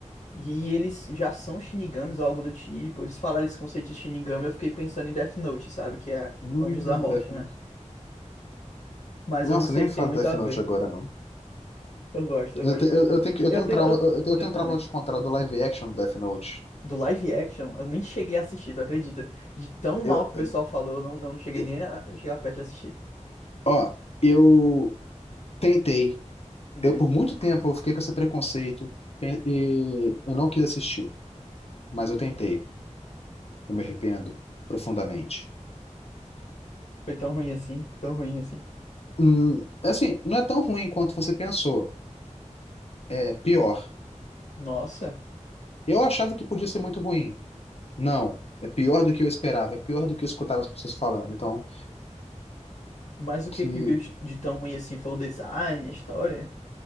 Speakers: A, on the left (about 80°); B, on the left (about 55°).
A: E eles já são Shinigamis ou algo do tipo. Eles falaram esse conceito de Shinigami, eu fiquei pensando em Death Note, sabe? Que é
B: Hum,
A: Anjos da Morte,
B: Death
A: né?
B: Note.
A: Mas
B: Nossa,
A: eu não sei
B: nem me
A: se
B: fala
A: tem muito
B: do Death
A: a
B: Note
A: ver.
B: agora, não.
A: Eu gosto, eu
B: Eu,
A: gosto
B: te-
A: bastante.
B: eu, eu tenho, que- eu
A: Eu
B: tenho
A: tenho,
B: um trauma,
A: eu,
B: eu, eu tenho
A: eu
B: eu tenho
A: também.
B: um trauma de contar do live action do Death Note.
A: Do live action, eu nem cheguei a assistir, tu acredita? De tão mal
B: Eu,
A: que o pessoal falou, eu não, não cheguei
B: eu-
A: nem a chegar perto de assistir.
B: ó, eu tentei.
A: Uhum.
B: Eu, por muito tempo, eu fiquei com esse preconceito e e eu não quis assistir, mas eu tentei. Eu me arrependo profundamente.
A: Foi tão ruim assim, tão ruim assim.
B: Hum, é assim, não é tão ruim quanto você pensou. É pior.
A: Nossa,
B: Eu achava que podia ser muito ruim. Não. É pior do que eu esperava. É pior do que eu escutava as pessoas falando. Então,
A: mas o
B: que.
A: que que viu de, de tão ruim assim? Foi o design, a história?